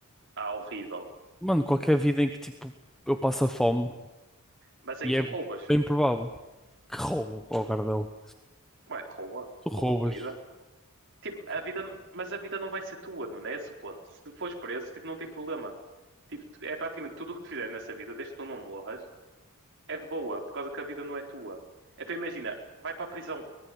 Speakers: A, on the right; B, in the centre.
A: ah, horrível?
B: Mano, qualquer vida em que tipo, eu passo a fome
A: Mas aí
B: e
A: tu
B: é
A: roubas.
B: bem provável que roubo ao Gardel.
A: Ué, rouba,
B: Tu
A: rouba
B: roubas.
A: comida. Tipo, a vida, n- mas a vida não vai ser tua, não é esse o ponto. Se tu fores preso, tipo, não tem problema. Tipo, é praticamente tudo o que tu fizeres nessa vida, desde que tu não morras, é de boa, por causa que a vida não é tua. Então imagina, vai para a prisão.